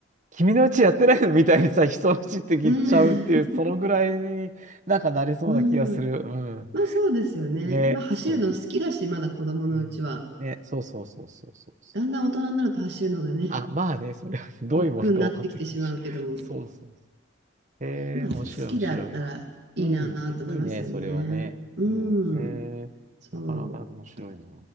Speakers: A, on the right (about 40°); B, on the right (about 65°).
A: 君のうちやってないのみたいにさ、人のうちって言っちゃうっていう、
B: うん。<laughs>
A: そのぐらいになんかなれそうな気がする。
B: うん。
A: うん。
B: まあそうですよね。
A: ね、
B: まあ走るの好きだし、
A: そう。
B: まだ子供のうちは。
A: うんね、そうそうそうそうそうそう。
B: だんだん大人になると走るのがね、
A: あ、まあね、それは <laughs> どういうものか分かってくるし。
B: 億劫になってきてしまうけども。
A: <laughs> そうそうそう。へえ、
B: まあ、
A: 面白い、
B: 好きだったらいいなと思いますよね。
A: 面白い。うん、いいね、それはね。
B: うん、
A: うん、へえ、
B: そう。
A: なかなか面白いな。